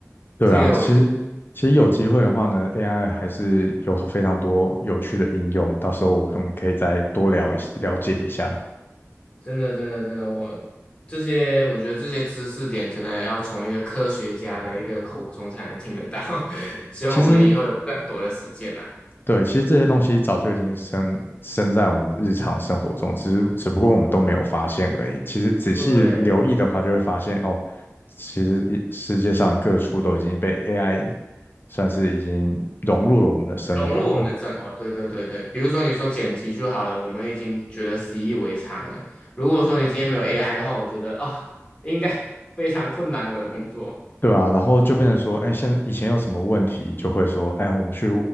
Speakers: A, on the left; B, on the left.
A: 对啊，
B: 这个我觉得
A: 其实其实有机会的话呢，AI 还是有非常多有趣的应用，到时候我们可以再多聊一了解一下。
B: 真的真的真的，我这些我觉得这些知识点真的要从一个科学家的一个口中才能听得到，<laughs> 希望我们以后有更多的时间啦。
A: 其实对，其实这些东西早就已经深深在我们的日常生活中，只是只不过我们都没有发现而已。其实仔细留意的话，
B: 对，
A: 就会发现哦，其实一世界上的各处都已经被 AI 算是已经融入了我们的生活了。
B: 融入我们的生活，对对对对，比如说你说剪辑就好了，我们已经觉得习以为常了。如果说你今天没有 AI 的话，我觉得啊、应该 <laughs> 非常困难我的工作。
A: 对啊，然后就变成说，哎，现在以前有什么问题，就会说，哎，我们去